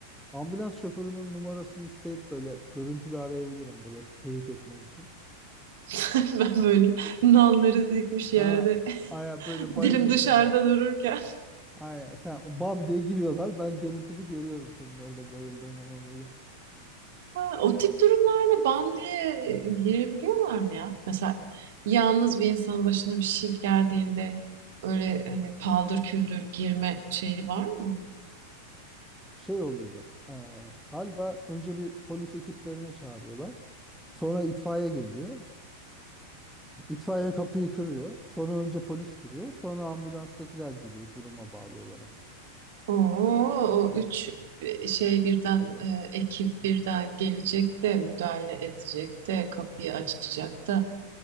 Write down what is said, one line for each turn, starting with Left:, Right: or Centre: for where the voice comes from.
Centre: ambulans şoförünün numarasını isteyip böyle görüntülü arayabilirim burası teyit etmek için.
Right: <laughs> Ben böyle nalları dikmiş
Centre: Aa,
Right: yerde
Centre: aya
Right: <laughs>
Centre: böyle bayılmışsın
Right: dilim dışarıda
Centre: sen.
Right: dururken.
Centre: Aya sen bam diye giriyorlar. Ben görüntülü görüyorum senin orada bayıldığın ama böyle.
Right: Ha, o tip durumlarda bam diye girebiliyorlar mı ya? Mesela yalnız bir insanın başına bir şey geldiğinde öyle hani paldır küldür girme şeyi var mı?
Centre: şey oluyor. e, galiba önce bir polis ekiplerini çağırıyorlar. Sonra itfaiye geliyor. İtfaiye kapıyı kırıyor. Sonra önce polis giriyor. Sonra ambulanstakiler giriyor duruma bağlı olarak.
Right: Oo, o üç şey birden e, ekip birden gelecek de müdahale edecek de kapıyı açacak da.